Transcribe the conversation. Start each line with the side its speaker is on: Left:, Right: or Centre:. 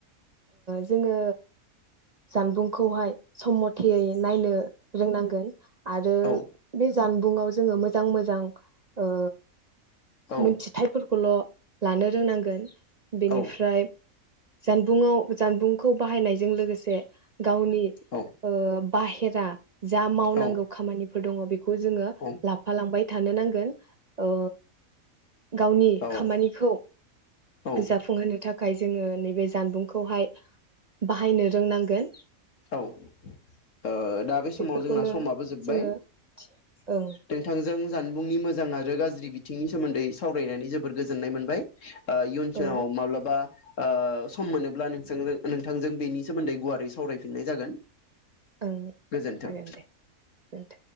Right: जोङो जानबुंखौहाय समम थयै नायनो रोंनांगोन आरो
Left: औ
Right: बे जानबुङाव जोङो मोजां मोजां ओ
Left: औ
Right: मिथिथायफोरखौल' लानो रोंनांगोन। बेनिफ्राय
Left: औ
Right: जानबुंआव जानबुंखौ बाहायनायजों लोगोसे गावनि
Left: औ
Right: ओ बाहेरा जा मावनांगौ
Left: औ
Right: खामानि फोर दङ बे खौ जोङो
Left: औ
Right: लाफालांबाय थानो नांगोन। ओ गावनि
Left: औ
Right: खामानिखौ
Left: औ
Right: जाफुंहोनो थाखाय जोङो नैबे जानबुंखौहाय बाहायनो रोंनांगोन।
Left: औ ओ दा बे समाव
Right: बेफोरखौनो
Left: जोंना समाबो जोब्बाय
Right: जोङो ओं
Left: नोंथांजों जानबुंनि मोजां आरो गाज्रि बिथिंनि सोमोन्दै सावरायनानै जोबोर गोजोननाय मोनबाय। ओ इयुन सङाव
Right: औ
Left: माब्लाबा ओ सम मोनोब्ला नों नोंथांजों बेनि सोमोन्दै गुवारै सावराय फिननाय जागोन।
Right: ओं
Left: गोजोन्थों।
Right: जागोन दे गोजोनथों।